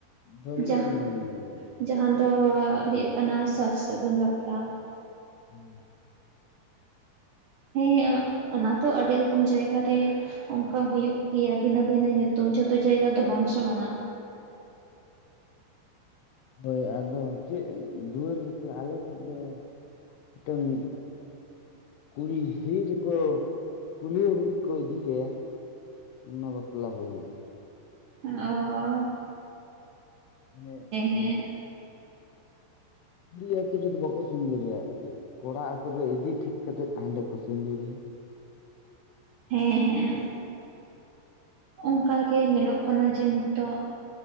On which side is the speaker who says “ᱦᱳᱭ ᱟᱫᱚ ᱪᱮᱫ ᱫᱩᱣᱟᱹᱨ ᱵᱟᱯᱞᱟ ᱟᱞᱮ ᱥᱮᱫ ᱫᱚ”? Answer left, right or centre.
Left